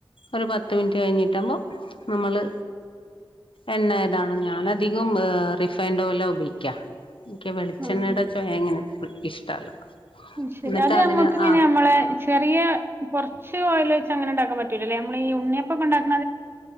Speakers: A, on the left (about 75°); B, on the right (about 25°).
A: ഒരു പത്ത് പത്ത് മിനിറ്റ് കഴിഞ്ഞിട്ട് ആവുമ്പോ നമ്മള് എണ്ണ ഏതാണ് ഞാനധികം റിഫ് ഫൈൻഡ് ഓയിലാ ഉപോഗിക്ക എനിക്ക് വെളിച്ചെണ്ണയുടെ
B: ആഹ്
A: ചൊക അങ്ങനെ പി ഇഷ്ടല്ല
B: ശരി
A: എന്നിട്ട്
B: അത് നമ്മക്കിങ്ങനെ
A: അതിന് ആ
B: നമ്മളെ ചെറിയ കൊറ ച്ച് ഓയില് വെച്ച് അങ്ങനെ ഇണ്ടാക്കാൻ പറ്റൂല്ലല്ലേ നമ്മളീ ഉണ്ണിയപ്പൊക്കെ ഇണ്ടാക്ക